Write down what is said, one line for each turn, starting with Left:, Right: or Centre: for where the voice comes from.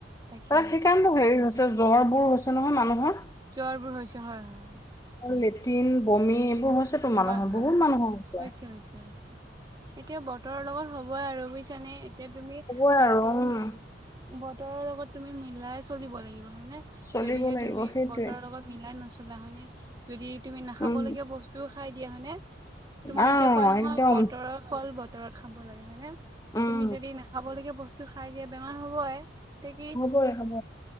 Right: তাকেই
Left: তাৰ সেইকাৰণেটো হেৰি হৈছে জ্বৰ বোৰৰ হৈছে নহয় মানুহৰ।
Right: জ্বৰবোৰ হৈছে হয়, হয়।
Left: লেট্ৰিন বমি এইবোৰ হৈছে তো মানুহৰ
Right: হয় হয়
Left: বহুত মানুহৰ হৈছে।
Right: হৈছে হৈছে। এতিয়া বতৰৰ লগত হ'বই আৰু বুজিছানে এতিয়া তুমি
Left: হ'বই
Right: বতৰ
Left: আৰু উম
Right: মিল বতৰ বতৰৰ লগত তুমি মিলাই চলিব লাগিব হয়নে,
Left: চলিব
Right: যদিহে
Left: লাগিব
Right: তুমি
Left: সেইটোৱে
Right: বতৰৰ লগত মিলাই নচ সেইদিনাখনে যদি তুমি নাখাবলগীয়া
Left: উম
Right: বস্তুও খাই দিয়া হয়নে। তোমাৰ
Left: আহ
Right: এতিয়া কয় নহয়
Left: একদম
Right: বতৰ ফল বতৰত খাব লাগে হয় নে।
Left: উম
Right: তুমি, যদি নাখাব লগীয়া বস্তু খাই দিয়া বেমাৰ হ'বই। তে কি
Left: হ'বই, হ'ব।